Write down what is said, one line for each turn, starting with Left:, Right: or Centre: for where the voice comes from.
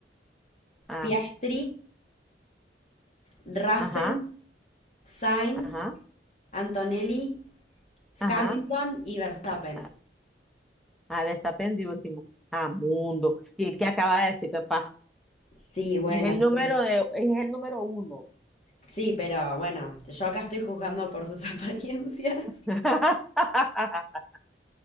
Centre: ajá,
Left: Piastri, Russell,
Centre: ajá,
Left: Sainz,
Centre: ajá,
Left: Antonelli,
Centre: ajá.
Left: Hamilton y Verstappen.
Centre: Ah, ah, está pendiente último. Ah, mundo. ¿Y qué acaba de decir, papá?
Left: Sí, bueno,
Centre: Y es el número
Left: es
Centre: de, es el número uno.
Left: sí, pero bueno, yo acá estoy juzgando por sus <laughs> apariencias.
Centre: <laughs>